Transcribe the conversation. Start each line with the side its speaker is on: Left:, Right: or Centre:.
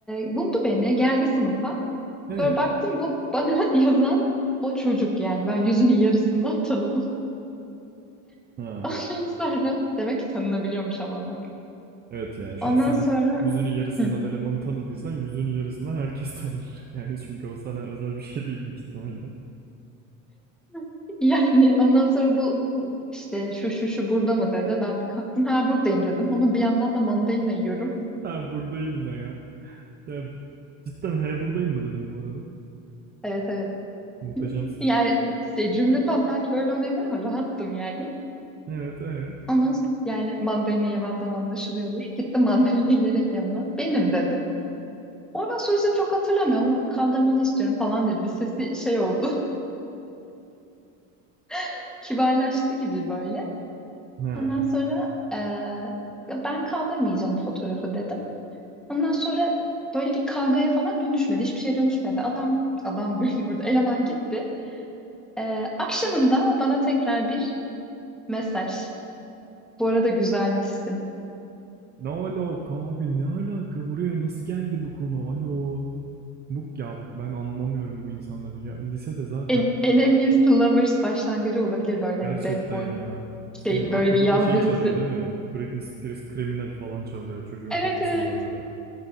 Centre: buldu beni, geldi sınıfa.
Right: Ee?
Centre: Sonra baktım bu bana <laughs> yazan o çocuk yani. Ben yüzünün yarısından tanıdım. <laughs>
Right: Ha.
Centre: Ondan sonra demek ki tanınabiliyormuş ama bak.
Right: Evet yani şu
Centre: Ondan
Right: an sen
Centre: sonra
Right: yüzünün yarısından
Centre: Hı.
Right: elemanı tanıdıysan yüzünün yarısından herkes tanır. <laughs> Yani çünkü o sana özel bir şey değil büyük ihtimalle.
Centre: <laughs> yani ondan sonra bu işte şu şu şu burada mı dedi. Ben bir kalktım ha buradayım dedim ama bir yandan da mandalina yiyorum.
Right: Ha buradayım ne ya? Ya cidden he buradayım mı dedim bu arada.
Centre: Evet evet.
Right: Muhteşemsin.
Centre: Yani işte cümle tam belki böyle olmayabilir ama rahattım yani.
Right: Evet ee?
Centre: Ama yani mandalina yememden anlaşılıyordur. Gittim mandalina <laughs> yiyerek yanına. Benim dedim. Oradan sonrası çok hatırlamıyorum ama kaldırmanı istiyorum falan dedi. Bir sesi şey oldu. <laughs> Kibarlaştı gibi böyle.
Right: Ne?
Centre: Ondan sonra eee, ben kaldırmayacağım bu fotoğrafı dedim. Ondan sonra böyle bir kavgaya falan dönüşmedi. Hiçbir şeye dönüşmedi. Adam, adam <laughs> diyorum burada. Eleman gitti. Eee, akşamında bana tekrar bir mesaj. Bu arada güzelmişsin.
Right: Ne alaka abi ne alaka buraya nasıl geldi bu konu alo. Bu, ya bu- ben anlamıyorum bu insanları ya lisede zaten
Centre: En, Enemies to Lovers başlangıcı olabilir böyle
Right: gerçekten
Centre: hani bad boy
Right: ya şey
Centre: şey
Right: arkada
Centre: böyle bir yaz
Right: da şey
Centre: dizisi.
Right: çalıyor değil mi? Britney Spears Criminal falan çalıyor çocuğun
Centre: Evet
Right: kafasında
Centre: evet.
Right: böyle.